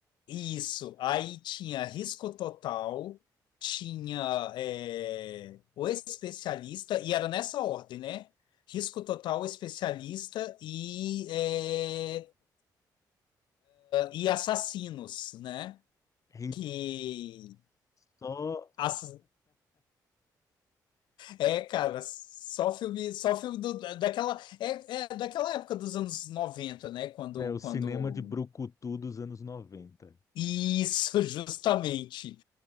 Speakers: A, on the left (about 90°); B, on the left (about 45°).
A: Isso. Aí tinha Risco Total, tinha é, o especialista, e era nessa ordem, né? Risco Total, especialista e, é, e assassinos, né?
B: Eita,
A: Que
B: só
A: as- é, cara, só filme, só filme do- daquela é, é daquela época dos anos noventa né, quando
B: é, o
A: quando
B: cinema de brucutu dos anos noventa
A: isso <laughs> justamente